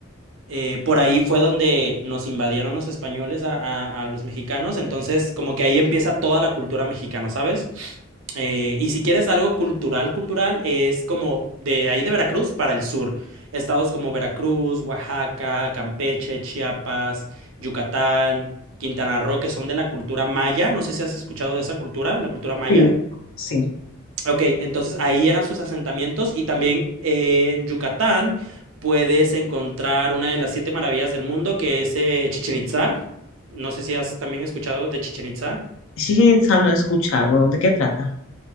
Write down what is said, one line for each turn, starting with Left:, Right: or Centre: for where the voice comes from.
Right: eh, por ahí fue donde nos invadieron los españoles a, a- a los mexicanos, entonces como que ahí empieza toda la cultura mexicana, ¿sabes? Eh, y si quieres algo cultural, cultural, es como de ahí de Veracruz para el sur. Estados como Veracruz, Oaxaca, Campeche, Chiapas, Yucatán, Quintana Roo, que son de la cultura maya. No sé si has escuchado de esa cultura, la cultura maya.
Left: Sí. Sí.
Right: Ok, entonces ahí eran sus asentamientos y también eh, en Yucatán puedes encontrar una de las siete maravillas del mundo que es Chichen Itza. No sé si has también escuchado de Chichen Itza.
Left: Sí, no he escuchado. ¿De qué trata?